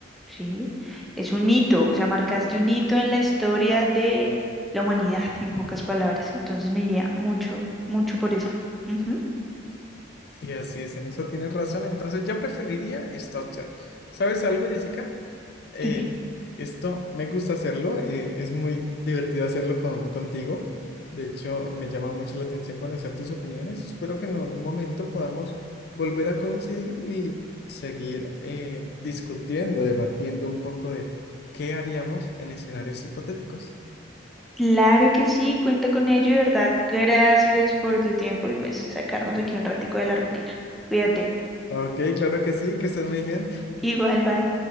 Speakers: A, in the centre; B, on the left.
A: sí, es un hito, o sea, marcaste un hito en la historia de la humanidad, en pocas palabras. Entonces me iría mucho, mucho por esa. Ujú,
B: Sí, así es, en eso tienes razón. Entonces yo preferiría esta opción. ¿Sabes algo, Jessica? eh,
A: Dime.
B: esto me gusta hacerlo, eh, es muy divertido hacerlo con, contigo. De hecho, me llama mucho la atención conocer tus opiniones. Espero que en algún momento podamos volver a coincidir y seguir eh, discutiendo, debatiendo un poco de qué haríamos en escenarios hipotéticos.
A: Claro que sí, cuenta con ello, de verdad. Gracias por tu tiempo y pues sacarnos aquí un ratico de la rutina. Cuídate.
B: Ok, claro que sí, que estés muy bien.
A: Igual, bye.